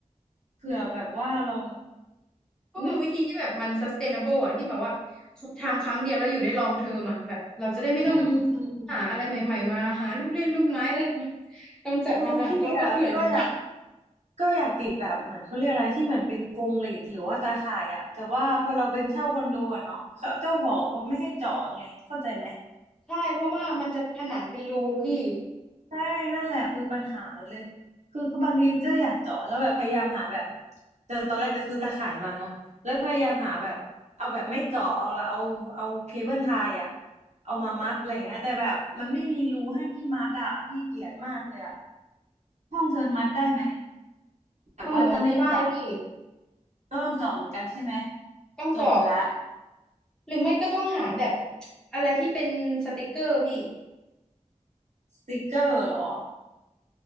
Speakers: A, on the right (about 60°); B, in the centre.
A: เผื่อแบบว่าเรา
B: ต้องเอาวิธีที่แบบมัน
A: อุ๊ย
B: sustainable อะที่แบบว่าทำครั้งเดียวแล้วอยู่ได้ลองเทอ m อะแบบเราจะได้ไม่ต้อง
A: อืมอืมอืมอืม
B: หาอะไรใหม่ๆมาหาลูกเล่นลูกไม้อะไรมากำจัดมันอะเราก็เหนื่อยเหมือนกัน
A: คือพี่อะก็อยากก็อยากติดแบบเหมือนเขาเรียกอะไรที่เหมือนเป็นกรงเหล็กหรือว่าตาข่ายอะแต่ว่าพอเราเป็นเช่าคอนโดอะเนาะเขาเจ้าของเขาไม่ให้เจาะไงเข้าใจไหม
B: ใช่เพราะว่ามันจะผนังเป็นรูพี่
A: ใช่นั่นแหละคือปัญหาเลยคือก็บางทีเจ้าอยากเจาะแล้วแบบพยายามหาแบบจะตอนแรกจะซื้อตาข่ายมาเนาะแล้วพยายามหาแบบเอาแบบไม่เจาะเอาละเอาเอาเคเบิลไทยอะเอามามัดอะไรเงี้ยแต่แบบมันไม่มีรูให้พี่มัดอะพี่เกลียดมากเลยอะห้องเธอมัดได้ไหมแบบว่าถ้าไม่เจาะ
B: ห้องหนูมันไม่ได้พี่
A: ก็ลองจองเหมือนกันใช่ไหม
B: ต้องเจาะ
A: จบละ
B: หรือไม่ก็ต้องหาแบบอะไรที่เป็นสติกเกอร์พี่
A: สติกเกอร์เหรอ